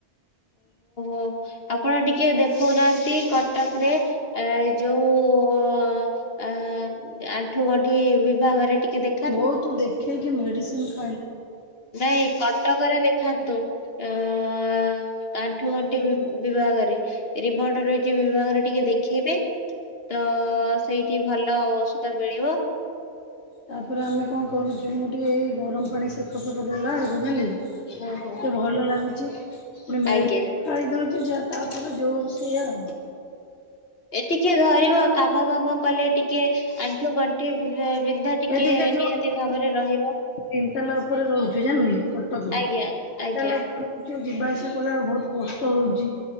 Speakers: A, on the left; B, on the left.
A: <inaudible>
B: ହ ଆପଣ ଟିକେ ଦେଖଉନାହାନ୍ତି କଟକ ରେ ଏଇ ଯୋଉ-ଉ-ଉ-ଉ-ଉ ଅ-ଅ-ଅ ଆଣ୍ଠୁ ଗଣ୍ଠି ବିଭାଗରେ ଟିକେ ଦେଖ୍
A: ବହୁତ ଦେଖେଇକି ମେଡିସିନ ସ
B: ନାଇଁ କଟକରେ ଦେଖାନ୍ତୁ। ଅ-ଅ-ଅ-ଅ ଆଣ୍ଠୁ ଗଣ୍ଠି ବି ବିଭାଗରେ ରିମୋଟ ରହିଛି ବିଭାଗରେ ଟିକେ ଦେଖେଇବେ ତ-ଅ-ଅ-ଅ ସେଇ ଟି ଭଲ ଔଷଧ ମିଳିବ।
A: ତାପରେ ଆମେ କଣ କରୁଛୁ ମୁଁ ଟିକିଏ ଏଇ ଗରମ ପାଣି ସେକ ଫେକ ଦେଲାବେେଳକୁ ଜାଣିଲେ ଟିକେ
B: ହଁ ହଁ।
A: ଭଲ ଲାଗୁଛି ପୁଣି ମେଡ଼
B: ଆଜ୍ଞା
A: ଖାଇଦଉଛି ଯା ତାପରେ ଜୋଉଆ କୁ ସେଆ ଆଉ।
B: ଏଠି କିଏ ଧରିବ କାମ ଫାମ କଲେ ଟିକେ ଆଣ୍ଠୁ ଗଣ୍ଠି ବି ବିନ୍ଧା
A: ଏ ଟିକେ <unintelligible>
B: ନିହାତି ଭାବରେ ରହିବ
A: ତିନି ତାଲା ଉପରେ ରହୁଛି ଜାଣିଲେ କଟକ ରେ
B: ଆଜ୍ଞା ଆଜ୍ଞା।
A: ତାଲା <unintelligible> ଯୋଉ ଯିବା ଆସିବା କଲାରୁ ବହୁତ କଷ୍ଟ ହଉଛି